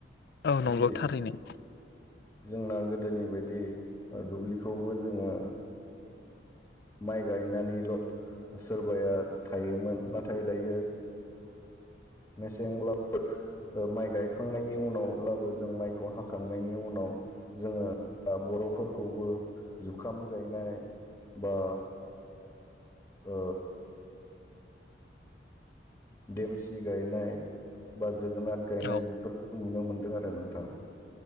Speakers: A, on the left; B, on the left.
A: औ
B: गोदोनि
A: नंगौ थारैनो
B: जोंना गोदोनि बायदि ओ दुब्लिखौबो जोङो माइ गायनानैल' सोरबाया थायोमोन नाथाय दायो मेसेंब्लाबो ओ माइ गायखांनायनि उनावब्लाबो जों माइखौ हाखांनायनि उनाव जोङो बर'फोरखौबो जुखाम गायनाय बा औ देमसि गायनाय बा जोगोनार गायनाय
A: औ
B: बेफोरखौ नुनो मोनदों आरो नोंथां